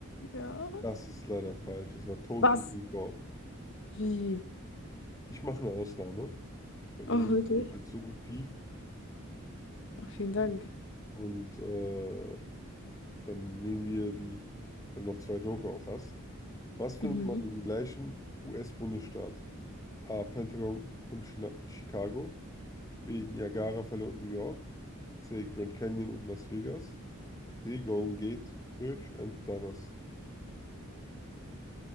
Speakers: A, on the left; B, on the left.
A: ja.
B: Das ist leider falsch. Es war Total
A: Was?
B: Recall.
A: Wie?
B: Ich mache eine Ausnahme, weil
A: Oh,
B: es so,
A: wirklich?
B: weil es so gut lief.
A: Ach, vielen Dank.
B: Und äh, dann nehmen wir die, weil du noch zwei Joker auch hast. Was findet
A: Mhm.
B: man im gleichen US-Bundesstaat? A. Pentagon und China Chicago. B. Niagarafälle und New York. C. Grand Canyon und Las Vegas. D. Golden Gate Bridge and Dallas.